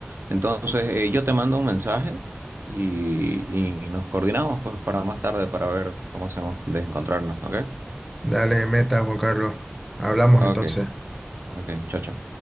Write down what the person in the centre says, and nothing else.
Dale, meta, Juan Carlos. Hablamos
entonces.